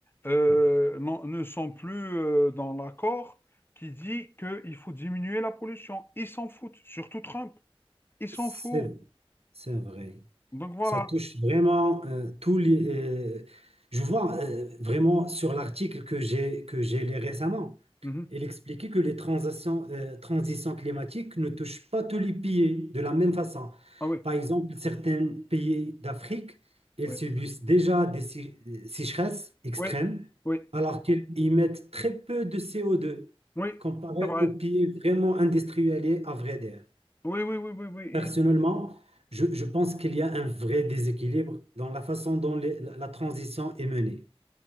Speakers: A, on the left; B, on the right.
A: euh,
B: Ouais.
A: n'en- ne sont plus euh, dans l'accord qui dit qu'il faut diminuer la pollution. Ils s'en foutent, surtout Trump. Ils s'en
B: C'est,
A: foutent.
B: c'est vrai.
A: Donc voilà.
B: Ça touche vraiment euh, tous les. euh, je vois euh, vraiment sur l'article que j'ai que j'ai lu récemment.
A: Mhm.
B: Il expliquait que les transitions, euh, transitions climatiques ne touchent pas tous les pays de la même façon.
A: Ah oui,
B: Par exemple, certains pays d'Afrique, ils
A: oui,
B: subissent déjà des sé- euh, sécheresses extrêmes,
A: oui, oui,
B: alors qu'ils émettent très peu de CO2
A: oui,
B: comparé
A: c'est vrai.
B: aux pays vraiment industrialisés, à vrai dire.
A: Oui, oui, oui, oui, oui.
B: Personnellement,
A: Il-
B: je, je pense qu'il y a un vrai déséquilibre dans la façon dont les- la la transition est menée.